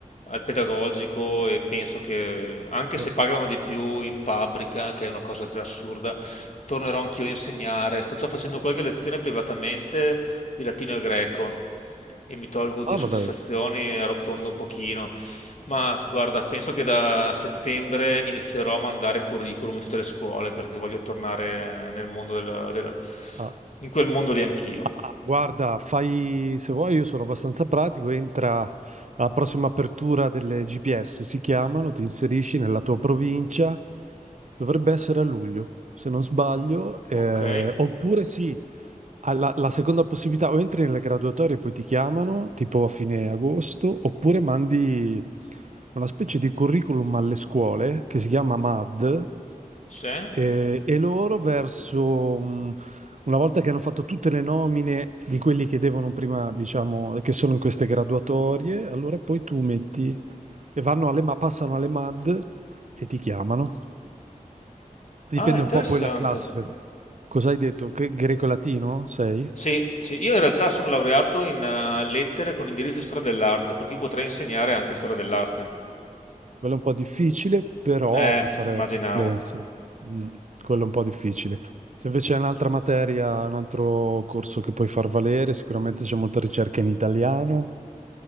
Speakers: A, on the left; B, on the right.
A: al pedagogico e penso che anche
B: eh.
A: se pagano di più in fabbrica, che è una cosa già assurda, tornerò anch'io a insegnare. Sto già facendo qualche lezione privatamente di latino e greco e mi tolgo due
B: Ah, ma
A: soddisfazioni
B: dai.
A: e arrotondo un pochino. Ma guarda, penso che da settembre inizierò a mandare curriculum in tutte le scuole perché voglio tornare nel mondo del, del-
B: Ah,
A: in quel mondo lì anch'io.
B: ah, guarda, fai se vuoi, io sono abbastanza pratico, entra alla prossima apertura delle GPS, si chiamano, ti inserisci nella tua provincia, dovrebbe essere a luglio, se non sbaglio, eh,
A: Ok?
B: oppure sì, alla- la seconda possibilità o entri nelle graduatorie e poi ti chiamano, tipo a fine agosto, oppure mandi una specie di curriculum alle scuole che si chiama MAD
A: Sì.
B: eh, e loro verso, mh, una volta che hanno fatto tutte le nomine di quelli che devono prima, diciamo, e che sono in queste graduatorie, allora poi tu metti e vanno alle, ma- passano alle MAD e ti chiamano. Dipende
A: Ah, interessante.
B: un po' poi la classe. Cosa hai detto? Che greco-latino sei?
A: Sì, sì, io in realtà sono laureato in eh, lettere con indirizzo storia dell'arte, per cui potrei insegnare anche storia dell'arte.
B: Quello è un po' difficile, però
A: Eh,
B: puoi fare
A: immaginavo.
B: supplenze. Mm, quello è un po' difficile. Se invece è un'altra materia, un altro corso che puoi far valere, sicuramente c'è molta ricerca in italiano.